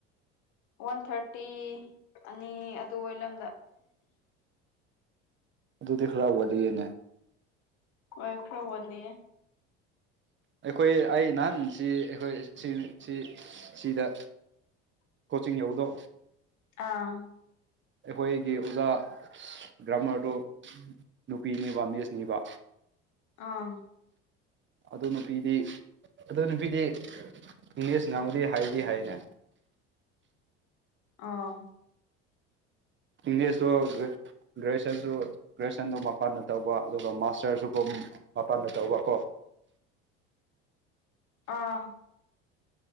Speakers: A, on the left (about 65°); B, on the right (about 35°).
A: ꯋꯥꯟ ꯊꯥꯔꯇꯤ ꯑꯅꯤ ꯑꯗꯨ ꯑꯣꯏ ꯂꯝꯗ
B: ꯑꯗꯨꯗꯤ ꯈꯔ ꯋꯥꯠꯂꯤꯌꯦꯅꯦ
A: ꯑꯣ ꯈꯔ ꯋꯥꯠꯂꯤꯌꯦ
B: ꯑꯩꯈꯣꯏ ꯑꯩ ꯅꯍꯥꯟꯁꯤ ꯑꯩꯈꯣꯏ ꯁꯤ ꯁꯤ ꯁꯤꯗ ꯀꯣꯆꯤꯡ ꯌꯧꯕꯗꯣ
A: ꯑꯥ
B: ꯑꯩꯈꯣꯏꯒꯤ ꯑꯣꯖꯥ ꯒ꯭ꯔꯥꯃꯔꯗꯨ ꯅꯨꯄꯤꯅꯤꯕ ꯃꯤꯁꯅꯤꯕ
A: ꯑꯥ
B: ꯑꯗꯨ ꯅꯨꯄꯤꯗꯤ ꯑꯗꯨ ꯅꯨꯄꯤꯗꯤ ꯏꯪꯂꯤꯁ ꯉꯥꯡꯕꯨꯗꯤ ꯍꯩꯗꯤ ꯍꯩꯅꯦ
A: ꯑꯥ
B: ꯏꯪꯂꯤꯁꯇꯨ ꯒ꯭ꯔꯦꯖꯨꯑꯌꯦꯁꯟꯁꯨ ꯒ꯭ꯔꯦꯖꯨꯑꯌꯦꯁꯟꯗꯨ ꯃꯄꯥꯟꯗ ꯇꯧꯕ ꯑꯗꯨꯒ ꯃꯥꯁꯇꯔꯁꯨꯀꯣ ꯃꯄꯥꯟꯗ ꯇꯧꯕ ꯀꯣ
A: <inaudible> ꯑꯥ